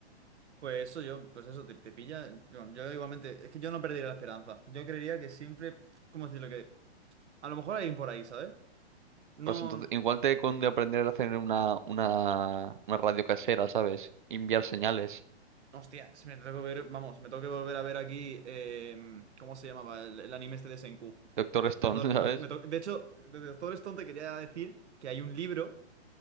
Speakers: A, on the right (about 85°); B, on the right (about 50°).
A: Pues eso yo, pues eso, te, te pilla. Yo, yo igualmente, es que yo no perdería la esperanza. Yo creería que siempre, ¿cómo decirlo? Que a lo mejor hay alguien por ahí, ¿sabes? No.
B: Pues entonces, igual te conde aprender a hacer una, una, una radio casera, ¿sabes? Enviar señales.
A: Hostia, si me tengo que ver, vamos, me tengo que volver a ver aquí, em, ¿cómo se llamaba? El, el anime este de Senku.
B: Doctor Stone,
A: De, Doctor-
B: <laughs> ¿sabes?
A: Doc- me to- de hecho, de Doctor Stone te quería decir que hay un libro